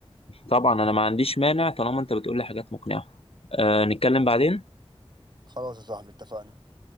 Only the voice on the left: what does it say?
طبعا أنا ما عنديش مانع طالما أنت بتقولي حاجات مقنعة آه نتكلم بعدين